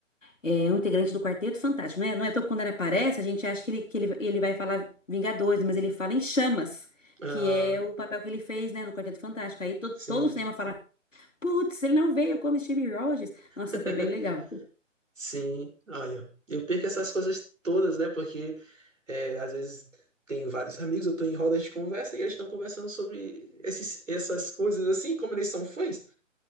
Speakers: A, on the left; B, on the right.
A: é, um integrante do Quarteto Fantástico, né? Não é todo quando ele aparece, a gente acha que ele, que ele, ele vai falar Vingadores, mas ele fala em Chamas,
B: Ah,
A: que é o papel que ele fez, né, no Quarteto Fantástico. Aí todo,
B: sim.
A: todo o cinema fala Putz, ele não veio como Steve Rogers. Nossa,
B: <laughs>
A: foi bem legal.
B: Sim, olha, eu perco essas coisas todas, né? Porque é, às vezes tenho vários amigos, eu tô em rodas de conversa e eles estão conversando sobre esses, essas coisas assim, como eles são fãs,